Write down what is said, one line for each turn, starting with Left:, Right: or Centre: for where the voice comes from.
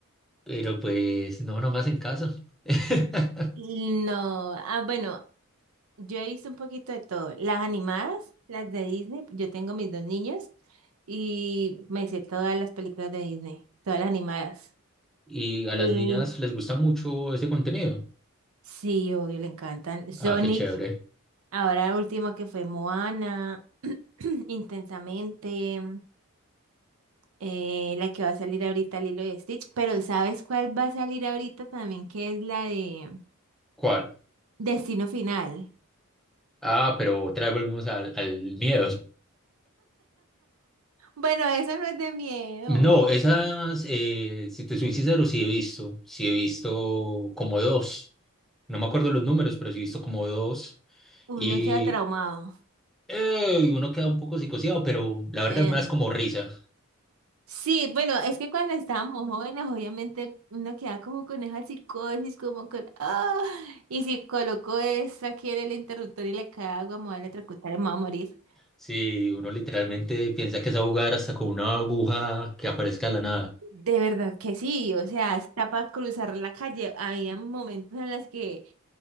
Centre: Pero pues no, nomás en casa. <laughs>
Right: Y no, ah, bueno, Yo he visto un poquito de todo. Las animadas, las de Disney, yo tengo mis dos niños y me sé todas las películas de Disney, todas las animadas.
Centre: Y a
Right: Mm,
Centre: las niñas les gusta mucho ese contenido.
Right: Sí, obvio, le encantan. Sonic,
Centre: Ah, qué chévere.
Right: ahora último que fue Moana, <clears throat> Intensamente, eh, la que va a salir ahorita, Lilo y Stitch, pero ¿sabes cuál va a salir ahorita también? Que es la de
Centre: ¿Cuál?
Right: Destino Final.
Centre: Ah, pero otra vez volvimos al, al miedo.
Right: Bueno, eso no es de miedo.
Centre: No, esas, eh, si te soy sincero, sí he visto. Sí he visto como dos. No me acuerdo los números, pero sí he visto como dos. y.
Right: Uno queda traumado.
Centre: Eh, uno queda un poco psicoseado, pero la
Right: Eh,
Centre: verdad me da como risa.
Right: Sí, bueno, es que cuando estábamos jóvenes, obviamente uno queda como con esa psicosis, como con, ah, y si colocó esto aquí en el interruptor y le cae agua, me voy a electrocutar y me voy a morir.
Centre: Si uno literalmente piensa que es a jugar hasta con una aguja que aparezca de la nada.
Right: De verdad que sí, o sea, hasta para cruzar la calle, había momentos en los que